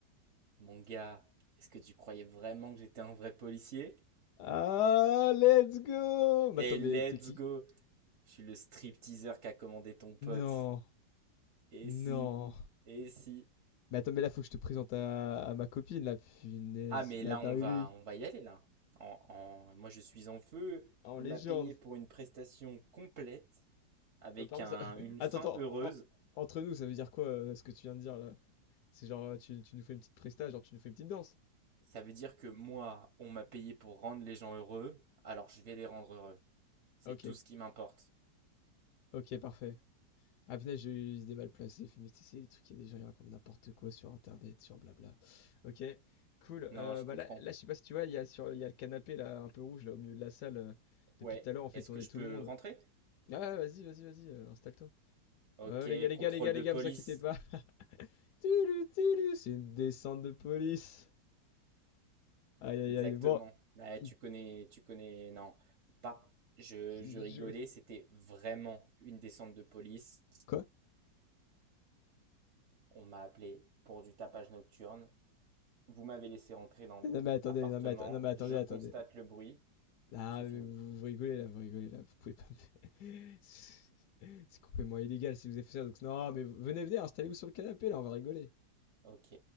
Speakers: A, on the right; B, on the left.
A: Mon gars, est-ce que tu croyais vraiment que j'étais un vrai policier?
B: Ah, let's go Mais
A: Et
B: attends,
A: let's
B: mais t'es qui
A: go! Je suis le stripteaseur qu'a commandé ton pote.
B: Non,
A: Et
B: non.
A: si, et si.
B: Mais attends, mais là, faut que je te présente à, à ma copine, la punaise,
A: Ah, mais
B: la
A: là,
B: dinguerie.
A: on va, on va y aller, là. En, en- Moi, je suis en feu.
B: En
A: On
B: légende.
A: m'a payé pour une prestation complète, avec
B: Euh, par contre,
A: un-
B: ça... <laughs>
A: une
B: attends,
A: fin
B: attends,
A: heureuse.
B: en- entre nous, ça veut dire quoi euh, ce que tu viens de dire là C'est genre, euh, tu, tu nous fais une petite presta, genre tu nous fais une petite danse
A: Ça veut dire que moi, on m'a payé pour rendre les gens heureux, alors je vais les rendre heureux. C'est
B: Ok,
A: tout ce qui m'importe.
B: ok, parfait. Ah punaise, j'ai eu des mal placés, mais tu sais, c'est des trucs, il y a des gens qui racontent n'importe quoi sur internet, sur blabla. Ok, cool.
A: Non,
B: Euh,
A: je
B: bah
A: comprends.
B: là, là, je sais pas si tu vois, il y a sur, il y a le canapé là, un peu rouge là au milieu de la salle. euh,
A: Ouais,
B: depuis tout à l'heure, on fait
A: est-ce
B: tourner
A: que je
B: tout
A: peux
B: le monde.
A: rentrer?
B: Ah ouais, vas-y, vas-y, vas-y, euh, installe-toi.
A: Ok,
B: Euh, les gars, les
A: contrôle
B: gars, les gars,
A: de
B: les gars,
A: police.
B: vous inquiétez pas. <laughs> Tulu, tulu, c'est une descente de police. Aïe, aïe,
A: Exactement.
B: aïe. Bon,
A: Ouais,
B: il-
A: tu connais, tu connais. Non, pas. Je,
B: je-
A: je rigolais. C'était vraiment une descente de police.
B: quoi?
A: On m'a appelé pour du tapage nocturne. Vous m'avez laissé entrer dans
B: Non
A: votre
B: mais attendez,
A: appartement.
B: non mais, atte- non mais attendez,
A: Je constate
B: attendez.
A: le bruit.
B: Ah
A: C'est
B: mais
A: fini.
B: vous, vous rigolez là, vous rigolez là, vous pouvez pas. me- <laughs> C'est complètement illégal si vous avez fait ça. Donc, non, mais venez, venez, installez-vous sur le canapé, là, on va rigoler.
A: Ok,